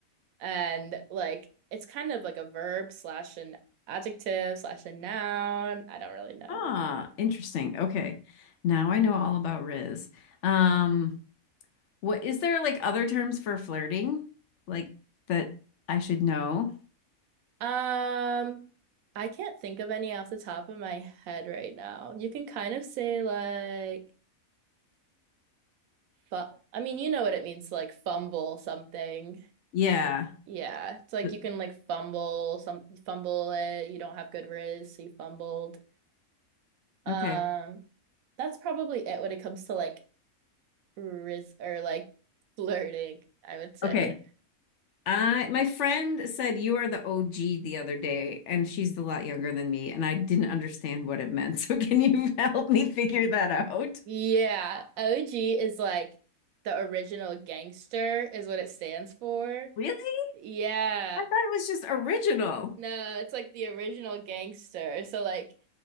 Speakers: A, on the right (about 80°); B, on the left (about 65°).
A: and like it's kind of like a verb slash an adjective slash a noun. I don't really know.
B: Ah, interesting. Okay. Now I know all about Riz. Um, what is there like other terms for flirting like that I should know?
A: Um, I can't think of any off the top of my head right now. You can kind of say like fu- I mean, you know what it means to like fumble something.
B: Yeah.
A: Yeah, it's like
B: Uh,
A: you can like fumble some fumble it. You don't have good riz, so you fumbled. Um,
B: Okay.
A: that's probably it when it comes to like riz or like <laughs> flirting, I would say.
B: Okay. I my friend said you are the OG the other day, and she's a lot younger than me, and I didn't understand what it meant. <laughs> So can you <laughs> help me figure that out?
A: Yeah, OG is like the original gangster is what it stands for.
B: Really?
A: Yeah.
B: I thought it was just original.
A: No, it's like the original gangster. So like